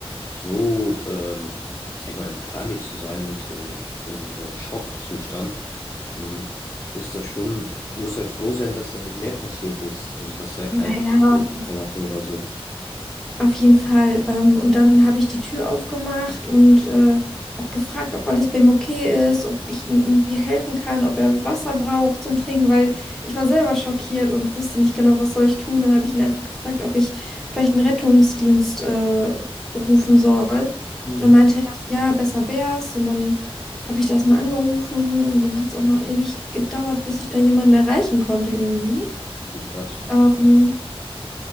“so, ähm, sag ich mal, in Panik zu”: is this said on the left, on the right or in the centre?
Left